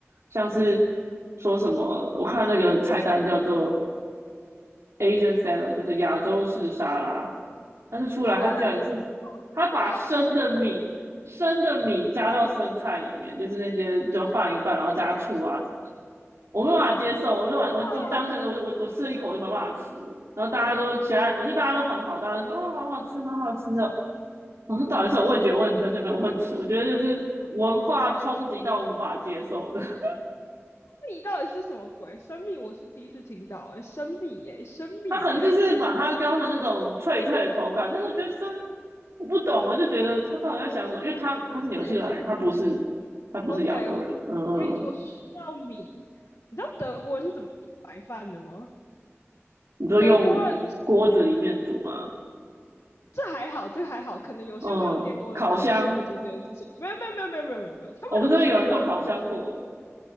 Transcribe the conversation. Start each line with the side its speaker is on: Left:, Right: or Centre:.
Right: 像是说什么，我看那个菜单叫做 Asian salad，就是亚洲式沙拉，但是出来他居然是
Left: 真的是
Right: 他把生的米生的米加到生菜里面，
Left: 吧？
Right: 就是那些就拌一拌，然后加醋啊我没办法接受，我没办法，
Left: 不怕啊！
Right: 我就当下就我我我吃了一口我就没办法吃，
Left: 生
Right: 然后大家都其他，我觉得大家都很好，大家都说哦好好吃，好好吃哦。我说到底是我味觉问题还是没有问题？我觉得就是文化冲击到无法接受的，<laughs>
Left: 米到底是什么鬼？生米我是第一次听到、哎，生米耶、生米耶、
Right: 他可能就是把它雕成那种脆脆的口感，
Left: <laughs>
Right: 但是我觉得生我不懂啊，就觉得他到底在想什么？因为他他是纽西兰人，
Left: 哎
Right: 他不是他不是亚洲人，
Left: OK，我我跟你说，
Right: 嗯，
Left: 说到米，你知道德国人是怎么煮白饭的吗？
Right: 你就用锅子里面煮嘛，
Left: 德国人这还好，这还好，可能有些没有电锅的留学生也会做这件事情。
Right: 嗯，烤箱，
Left: 没有没有没有没有没有没有，没有他们的煮法
Right: 我们这边有人用烤箱过，